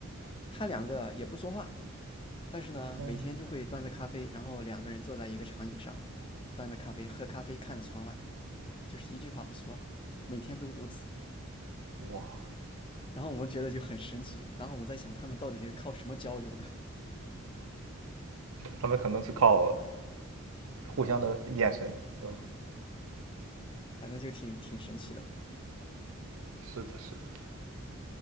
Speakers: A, on the left; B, on the right.
A: 他两个也不说话，但是呢，
B: 嗯，
A: 每天就会端着咖啡，然后两个人坐在一个长椅上，端着咖啡喝咖啡，看着窗外，就是一句话不说，每天都如此。
B: 哇，
A: 然后我们觉得就很神奇，然后我们在想他们到底是靠什么交流呢？
B: 他们可能是靠互相的眼神，是吧？
A: 反正就挺挺神奇的。
B: 是的，是的。